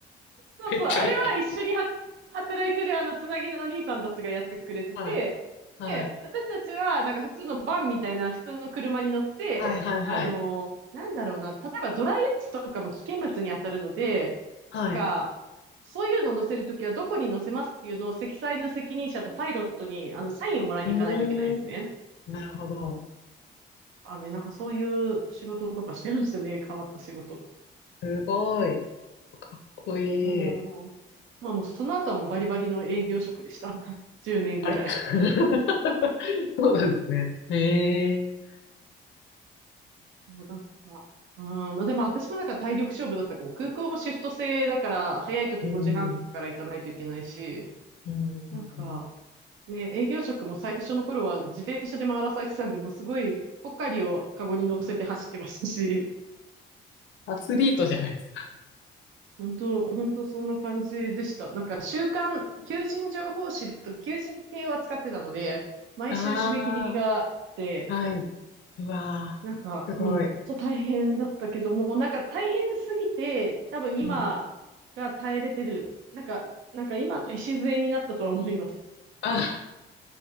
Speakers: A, on the right (about 80°); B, on the left (about 65°).
A: そうそう、
B: <laughs> めっちゃ見てます。
A: あれは一緒には働いてるあのつなぎのお兄さんたちがやってくれてて、
B: はい、はい、
A: で、私たちはなんか普通のバンみたいな普通の車に乗って、
B: はい、はい、はい。
A: あのーなんだろうな、例えばドライアイスとかも危険物に当たるので、
B: はい。
A: か、そういうのを載せるときはどこに載せますっていうのを積載の責任者とパイロットにあのサインをもらいに行かないといけないですね。
B: うーん。なるほど。
A: あね、なんかそういう仕事とかしてるんですよね。変わった仕事。
B: すごい。かっこいい。
A: うん。まあもうその後はもうバリバリの営業職でした。<laughs> 10年ぐらい。
B: あれ <laughs> そうなんですね。
A: <laughs>
B: ええー。
A: もうなんか、うん、まあでも私もなんか体力勝負だったかも。空港もシフト制だから、早い時5時半とかから行かないといけないし、
B: うん。うん。
A: なんか、
B: うん
A: ね、営業職も最初の頃は自転車で回らされてたんで、もうすごいポカリをカゴに乗せて走ってましたし、
B: アスリートじゃないですか。
A: 本当、本当そんな感じでした。なんか週刊、求人情報誌と求人系を扱ってたので、毎週締め切りが来て、
B: ああ、はい。うわーすごい。
A: なんか、うん、本当大変だったけども、なんか大変すぎて、多分今が耐えれてる、
B: うん。
A: なんか、なんか今の礎になったとは思います。
B: あ、